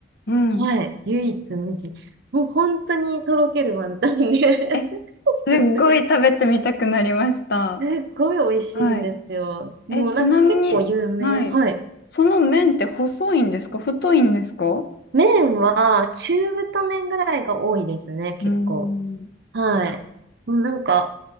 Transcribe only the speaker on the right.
はい。唯一無二。もう本当にとろけるワンタンで
<laughs> すすごい美味しいんですよ。
もうなんか結構有名。
はい。
麺は中太麺ぐらいが多いですね、結構。
はい。もうなんか、